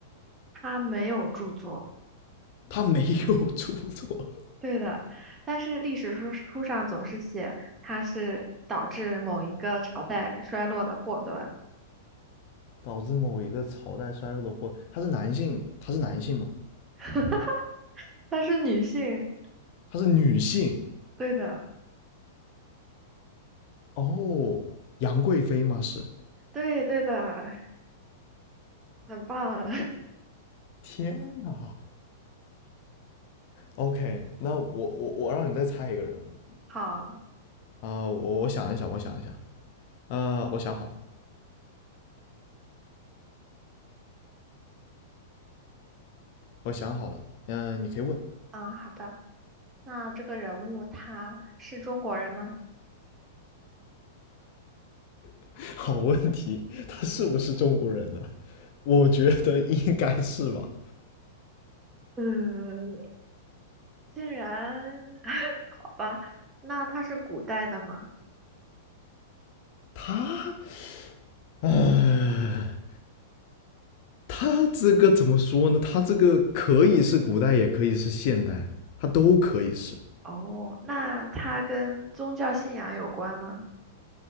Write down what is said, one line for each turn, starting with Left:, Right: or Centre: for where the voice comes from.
Right: 他没有著作，
Left: 他没有著作，
Right: 对的，但是历史书书上总是写它是导致某一个朝代衰落的祸端，
Left: <laughs> 导致某一个朝代衰落的祸。他是男性，他是男性吗？
Right: <laughs> 她是女性，
Left: 他是女性？
Right: 对的，
Left: 哦，杨贵妃吗？是。
Right: 对对的，很棒，
Left: 天哪！OK，那我我我让你再猜一个人物
Right: <laughs> 好，
Left: 啊、呃我我想一想，我想一想，呃，我想好了，我想好了，嗯、呃你可以问。
Right: 嗯，好的。那这个人物他是中国人吗？
Left: <laughs> 好问题，他是不是中国人呢？我觉得应该是吧。
Right: 嗯，竟然，<laughs> 好吧，那他是古代的吗？
Left: 他，唉，他这个怎么说呢？他这个可以是古代，也可以是现代，他都可以是。
Right: 哦，那他跟宗教信仰有关吗？